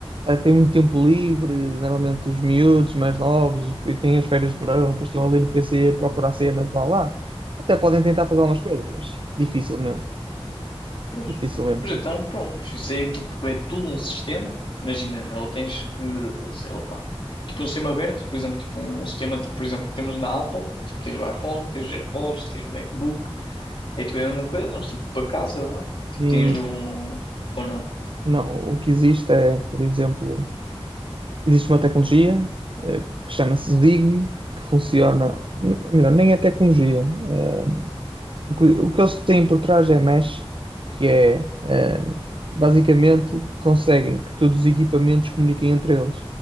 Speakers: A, on the right; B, on the left.
A: eh, tem muito tempo livre, normalmente os miúdos mais novos, e depois têm as férias de verão, depois estão ali no PC a procurar cenas lá lá, até podem tentar fazer algumas coisas, mas dificilmente,
B: Pois.
A: dificilmente,
B: Mas
A: porque
B: então, pronto, isso é tipo, é tudo um sistema. Imagina, ou tens que, sei lá, tipo um sistema aberto, por exemplo, tipo um sistema, tipo, por exemplo, que temos na Apple, tipo, tens o iPhone, tens os AirPods, tens o MacBook, é tipo a mesma coisa, mas tipo para casa, vá. Tipo,
A: hum,
B: tens um. Ou não?
A: não, o que existe é, por exemplo, Existe uma tecnologia eh, que chama-se Zigbee, que funciona, ou melhor, nem é tecnologia, eh, o que, o que eles têm por trás é mesh, que é, eh, basicamente conseguem que todos os equipamentos comuniquem entre eles.